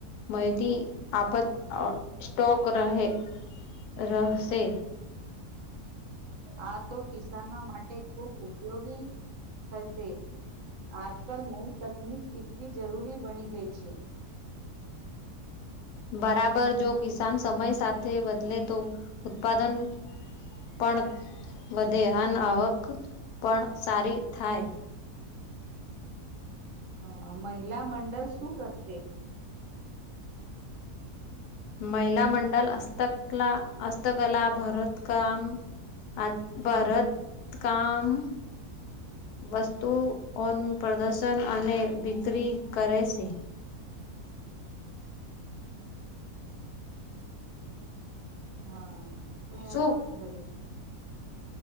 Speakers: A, on the left; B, on the right.
A: માહિતી આપત સ્ટોક રહે રહેશે.
B: આ તો કિસાનો માટે ખૂબ ઉપયોગી થશે. આજકાલ નવી તકનક શીખવી જરૂરી બની ગઈ છે. <unintelligible>
A: બરાબર જો કિસાન સમય સાથે બદલે તો ઉત્પાદન પણ વધે, અન આવક પણ સારી થાય.
B: હહ મહિલા મંડલ શું કરશે?
A: મહિલા મંડલ હસ્તકલા હસ્તકલા, ભરત કામ. આત ભરત કામ વસ્તુઓનું પ્રદર્શન અને વિકરી કરે છે.
B: હા અને
A: શું
B: આ કરે